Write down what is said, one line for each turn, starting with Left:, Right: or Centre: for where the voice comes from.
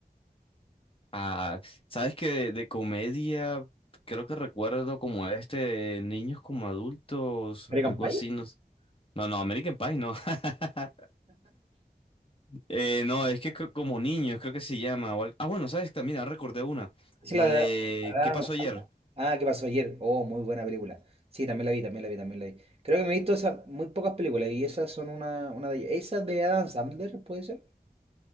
Left: Ah, sabes que de, de comedia creo que recuerdo como este de niños como adultos,
Right: American
Left: algo
Right: Pie,
Left: así, no, s- no, no, American Pie no. <laughs> Eh, no, es que co- como niños creo que se llama. o al- Ah, bueno, sabes también, ahora recordé una.
Right: es
Left: La
Right: la de
Left: de
Right: Adam
Left: ¿Qué pasó ayer?
Right: Sandler? Ah, ¿qué pasó ayer? Oh, muy buena película. Sí, también la vi, también la vi, también la vi. Creo que me he visto esas muy pocas películas y esas son una, una de ellas. ¿Esas de Adam Sandler, puede ser?